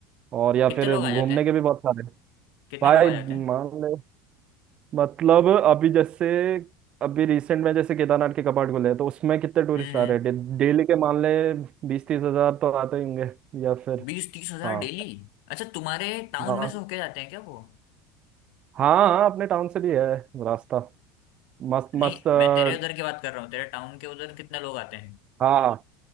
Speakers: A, on the right (about 45°); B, on the left (about 65°).
A: और या
B: कितने
A: फिर
B: लोग
A: घूमने
B: आ जाते हैं
A: के भी बहुत सारे
B: कितने
A: भाई
B: लोग आ जाते हैं
A: मान ले मतलब अभी जैसे अभी रिसेंट में जैसे केदारनाथ के कपाट खुले हैं तो उसमें कितने टूरिस्ट
B: हम्म हम्म।
A: आ रहे हैं डे- डेली के मान ले बीस तीस हजार तो आते ही होंगे या फिर
B: बीस तीस हजार
A: हाँ
B: डेली अच्छा तुम्हारे टाउन
A: हाँ
B: में से होके जाते हैं क्या वो
A: हाँ हाँ, अपने टाउन से भी है रास्ता मस्त
B: नहीं
A: मस्त अ,
B: मैं तेरे उधर की बात कर रहा हूँ तेरे टाउन के उधर कितने लोग आते हैं
A: हाँ